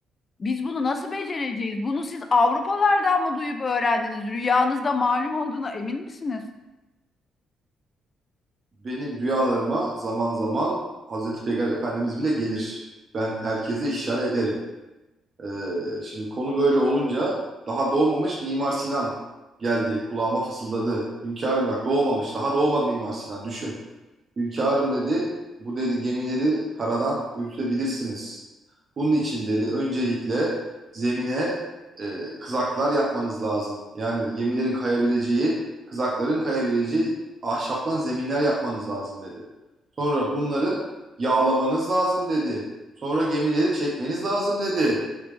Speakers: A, on the left; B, on the right.
A: Biz bunu nasıl becereceğiz? Bunu siz Avrupalardan mı duyup öğrendiniz? Rüyanızda malum olduğuna emin misiniz?
B: benim rüyalarıma zaman zaman Hazreti Peygamber Efendimiz bile gelir. Ben herkese işaret ederim. Ee, şimdi konu böyle olunca daha doğmamış Mimar Sinan geldi. Kulağıma fısıldadı. Hünkârım bak doğmamış. Daha doğmadı Mimar Sinan. Düşün. Hünkârım dedi, bu dedi gemileri karadan yürütebilirsiniz. Bunun için dedi öncelikle zemine e, kızaklar yapmanız lazım. Yani gemilerin kayabileceği, kızakların kayabileceği ahşaptan zeminler yapmanız lazım dedi. Sonra bunları yağlamanız lazım dedi. Sonra gemileri çekmeniz lazım dedi.